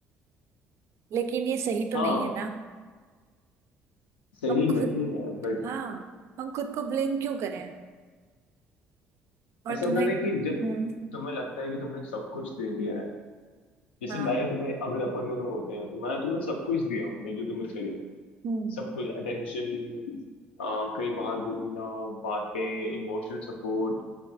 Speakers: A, on the right; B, on the left.
A: लेकिन ये सही तो
B: हाँ
A: नहीं है ना
B: सही
A: हम खुद
B: नहीं है बट
A: हाँ हम खुद को ब्लेम क्यों करें और
B: ऐसा
A: तुम्हें
B: होता है ना कि जब
A: हम्म
B: तुम्हें लगता है कि तुमने सब कुछ दे दिया है जैसे
A: हाँ
B: मैंने तुम्हें अगर अपन दोनों होते हैं तो मैं तुम्हें सब कुछ दिया हूँ, मतलब जो तुम्हें चाहिए
A: हम्म
B: सब कुछ अटेंशन कहीं बाहर घूमना बातें इमोशनल सपोर्ट